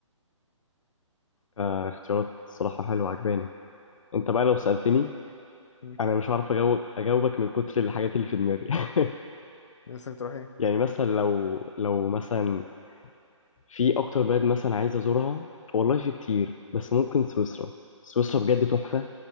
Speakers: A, on the left; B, on the left.
A: آه، اختيارات صراحة حلوة عجباني انت بقى لو سألتني
B: مم.
A: انا مش عارف اجاوب اجاوبك من كتر الحاجات اللي في دماغي <laughs>
B: نفسك تروح ايه
A: يعني مثلا لو لو مثلا في اكتر بلد مثلا عايز ازورها والله في كتير بس ممكن سويسرا سويسرا بجد تحفة